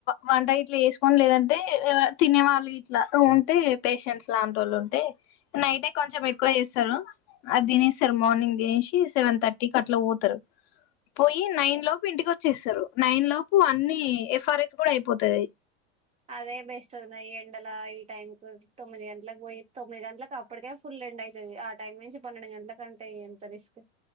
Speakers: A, on the left; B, on the right.
A: వంట ఇట్లా వేసుకోని లేదంటే తినే వాళ్ళు ఇట్లా ఉంటే పేషెంట్స్ లాంటిోళ్ళు ఉంటే నైటే కొంచెం ఎక్కువ చేస్తారు అది తినేస్తారు మార్నింగ్ తినసి సెవెన్ థర్టీకి అట్లా పో పోయి నైన్ లోపు ఇంటికి వచ్చేస్తారు నైన్ లో ఫరేస్ కూడా అయిపోతుది
B: అదే బెస్ట్ అన్నా ఈ ఎండల ఈ టైం కు తొమ్మిది గంటలకు పోయి తొమ్మిది గంటలలకు అప్పటికే ఫుల్ ఎండ అవుతుంది ఆ టైమ్ నుంచి పన్నెండు గంటల కంటే ఎంత రిస్క్